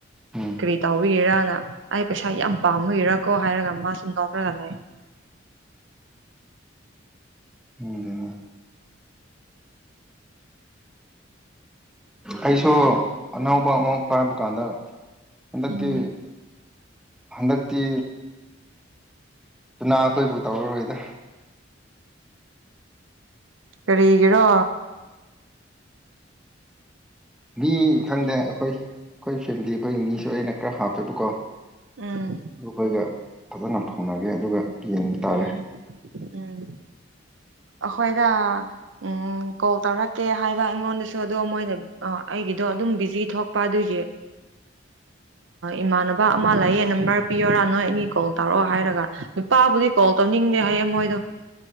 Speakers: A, in the centre; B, on the right.
A: ꯎꯝ
B: ꯀꯔꯤ ꯇꯧꯕꯒꯤꯔꯅ ꯑꯩ ꯄꯩꯁꯥ ꯌꯥꯝ ꯄꯥꯝꯃꯨꯏꯔꯀꯣ ꯍꯥꯏꯔꯒ ꯃꯥꯁꯨꯨ ꯅꯣꯛꯔꯒ ꯂꯩ
A: ꯈꯪꯗꯦꯅꯦ ꯑꯩꯁꯨ ꯑꯅꯧ <unintelligible> ꯄꯥꯏꯕ ꯀꯥꯟꯗ ꯍꯟꯗꯛꯇꯤ
B: ꯎꯝ
A: ꯍꯟꯗꯛ ꯇꯤ <unintelligible> ꯈꯣꯏꯕꯨ ꯇꯧꯔꯔꯣꯏꯗ
B: ꯀꯔꯤꯒꯤꯔꯣ
A: ꯃꯤ ꯈꯪꯗꯦ ꯑꯩꯈꯣꯏ ꯑꯩꯈꯣꯏ ꯐꯦꯝꯂꯤ ꯈꯣꯏꯒꯤ ꯃꯤꯁꯨ ꯑꯩꯅ ꯈꯔ ꯍꯥꯞꯄꯦꯕꯀꯣ
B: ꯎꯝ
A: ꯗꯨ ꯈꯣꯏꯒ ꯐꯖꯅ ꯐꯥꯎꯅꯒꯦ ꯑꯗꯨꯒ ꯌꯦꯡꯕ ꯇꯥꯔꯦ
B: ꯎꯝ ꯎꯝ ꯑꯩꯈꯣꯏꯗ ꯎꯝ ꯀꯣꯜ ꯇꯧꯔꯛꯀꯦ ꯍꯥꯏ ꯕ ꯑꯩꯉꯣꯟꯗꯁꯨ ꯑꯗꯣ ꯃꯣꯏꯅ ꯑ ꯑꯩꯒꯤꯗꯣ ꯑꯗꯨꯝ ꯕꯤꯖꯤ ꯊꯣꯛꯄ ꯑꯗꯨꯒꯤ ꯏꯃꯥꯟꯅꯕ ꯑꯃ ꯂꯩꯌꯦ ꯅꯝꯕꯔ ꯄꯤꯌꯣꯔꯥ ꯅꯣꯏ ꯑꯅꯤ ꯀꯣꯜ ꯇꯧꯔꯛꯑꯣ ꯍꯥꯏꯔꯒ ꯅꯨꯄꯥ ꯃꯥꯥꯕꯨꯗꯤ ꯀꯣꯜ ꯇꯧꯅꯤꯡꯗꯦ ꯍꯥꯏꯌꯦ ꯃꯣꯏꯗꯣ